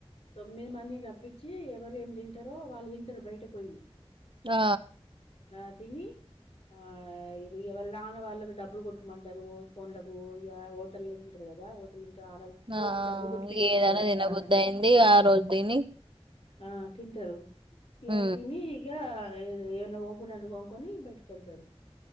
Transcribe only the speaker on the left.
తొమ్మిది మందిని రప్పిచ్చి ఎవరేమి తింటరో వాళ్ళు తింటరు బయటకు పొయి
ఆ తిని ఆ ఎవళ్ నాన్న వాళ్ళకి డబ్బులు కొట్టుమంట్ ఫోన్లకు ఇగ హోటల్లో తింటరు గదా హోటల్ చాల
ఈ డబ్బులు కొట్టిపిచ్చుకుంటారట్లా
అన్నట్టు
ఆ తింటరు ఇగ
తిని ఇగా ఏ ఏమనా వొంకునంటే వొంకొని బయటకెళ్తారు